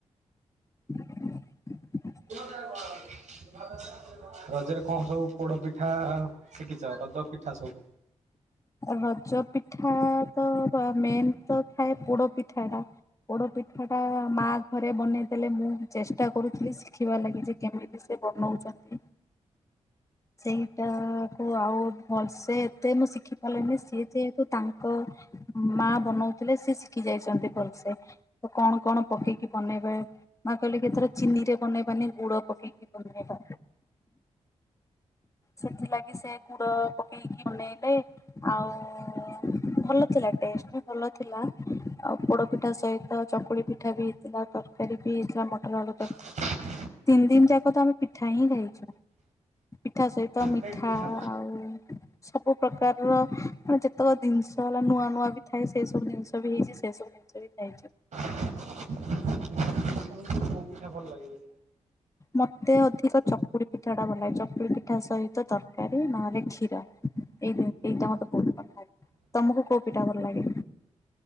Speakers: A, on the left; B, on the right.
A: <unintelligible> <inaudible>
B: <unintelligible> <inaudible> ରଜରେ କଣ ସବୁ ପୋଡ ପିଠା ଶିଖିଛ ରଜ ପିଠା ସବୁ?
A: ରଜ ପିଠା ତ ମେନ୍ ତ ଥାଏ ପୋଡ ପିଠା ଟା ପୋଡ ପିଠା ଟା ମା ଘରେ ବନେଇ ଦେଲେ ମୁଁ ଚେଷ୍ଟା କରୁଥିଲି ଦେଖିବା ଲାଗି ଯେ କେମିତି ସେ ବନଉଛନ୍ତି? ସେଇଟା କୁ ଆଉ ଭଲସେ ତେ ମୁଁ ଶିଖି ପାରିଲଣିି ସିଏ ଯେହେତୁ ତାଙ୍କ ମା ବନଉଥିଲେ ସି ଶିଖି ଯାଇଛନ୍ତି ଭଲସେ। ତ କଣ କଣ ପକେଇକି ବନେଇବେ ନା କହିଲି କିଥର ଚିନି ରେ ବନେଇବାନି ଗୁଡ ପକେଇକି ବନେଇବା। ସେଥିଲାଗି ସେ ଗୁଡ ପକେଇକି ବନେଇଲେ। ଆଉ ଭଲ ଥିଲା ଟେଷ୍ଟ ବି ଭଲ ଥିଲା ଆଉ ପୋଡ ପିଠା ସହିତ ଚକୁଳି ପିଠା ବି ହେଇଥିଲା। ତରକାରୀ <inaudible> ମଟର ଆଳୁ
B: <unintelligible> <inaudible>
A: ତିନି ଦିନ ଯାକ ତ ଆମେ ପିଠା ହିଁ ଖାଇଛୁ। ପିଠା ସହିତ ମିଠା
B: ପିଠା
A: ଆଉ ସବୁ ପ୍ରକାରର ମାନେ ଯେତେକ ଦିନ୍ ଷ ହେଲା ନୂଆ ନୂଆ ବି ଥାଏ ସେଇ ସବୁ ଜିନିଷ ବି ହେଇଛି ସେ ସବୁ। <unintelligible> ଖାଇଛୁ।
B: ତମକୁ କୋଉ ପିଠା ଭଲ ଲାଗେ?
A: ମତେ ଅଧିକ ଚକୁଳି ପିଠା ଟା ଭଲ ଲାଗେ। ଚକୁଳି ପିଠା ସହିତ ତରକାରୀ ନହେଲେ କ୍ଷୀର। ଏଇ ଦିଁ ଏଇଟା ମତେ ବୋହୁତ ଭଲ ଲାଗେ, ତମକୁ କୋଉ ପିଟା ଭଲ ଲାଗେ?